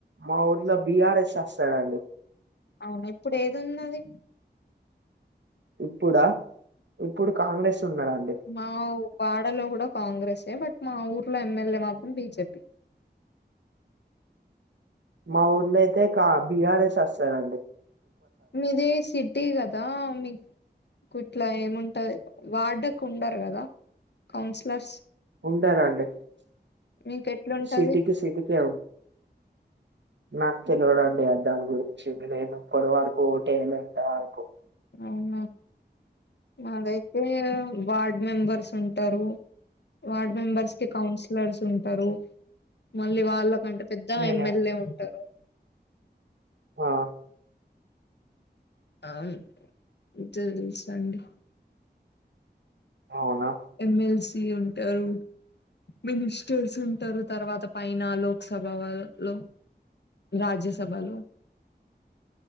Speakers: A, on the right (about 85°); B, on the left (about 70°).
A: మా ఊర్లో బిఆర్ఎస్ వస్తాదండి
B: అవునా ఇప్పుడు ఏది ఉన్నది
A: ఇప్పుడా ఇప్పుడు కాంగ్రెస్ ఉన్నాడండి
B: మా వాడాలోకూడా కాంగ్రెసే బట్ మా ఊర్లో ఎమ్మెల్యే మాత్రం బిజెపి
A: మా ఊర్ళ అయితే కా బిఆర్ఎస్ వస్తాదండీ
B: మీది సిటీ కదా మీ ఇట్లా ఏముంటది వార్డ్కు ఉండరు కదా కౌన్సిలర్స్
A: ఉండారండి
B: మీకు ఎట్లుంటది
A: సిటీకి సిటికే నాకు తెలివదండి ఆ దాని గురించి నేను ఇప్పుడు వల్కి ఓటుేయ్యాలంట వళ్కు
B: అవునా మదైతే వాడ్ మెంబర్స్ ఉంటారు వార్డ్ మెంబర్స్కి కౌన్సిలర్స్ ఉంటారు మళ్ళీ వాళ్ళకంటే పెద్దగ
A: నేనా
B: ఎమ్మెల్యే ఉంటారు
A: ఆ
B: ఔను తెలుసు అండి
A: అవునా
B: ఎమ్మెల్సీ ఉంటారు మినిస్టర్స్ ఉంటారు తర్వాత పైన లోక్ సభ వాళ్ లో రాజ్యసభలో